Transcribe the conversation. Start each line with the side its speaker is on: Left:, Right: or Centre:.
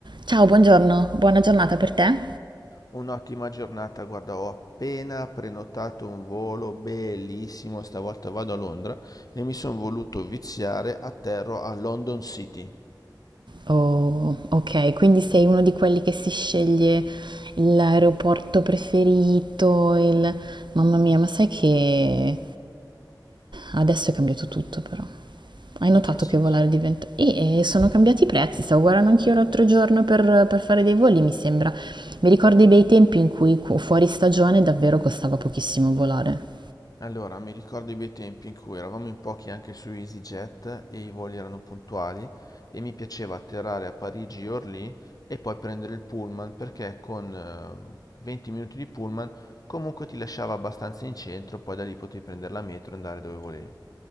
Right: Ciao, buongiorno, buona giornata per te.
Left: Un'ottima giornata, guarda, ho appena prenotato un volo bellissimo, stavolta vado a Londra e mi sono voluto viziare, atterro a London City. In
Right: Oh, ok, quindi sei uno di quelli che si sceglie l'aeroporto preferito, il... Mamma mia, ma sai che adesso è cambiato tutto però. Hai notato
Left: che senso?
Right: che volare diventa... E eh, sono cambiati i prezzi, stavo guardando anch'io l'altro giorno per, per fare dei voli, mi sembra. Mi ricordo i bei tempi in cui fu- fuori stagione davvero costava pochissimo volare.
Left: Allora, mi ricordo i bei tempi in cui eravamo in pochi anche su EasyJet e i voli erano puntuali e mi piaceva atterrare a Parigi e Orly e poi prendere il pullman perché con eh, 20 minuti di pullman comunque ti lasciava abbastanza in centro, poi da lì potevi prendere la metro e andare dove volevi.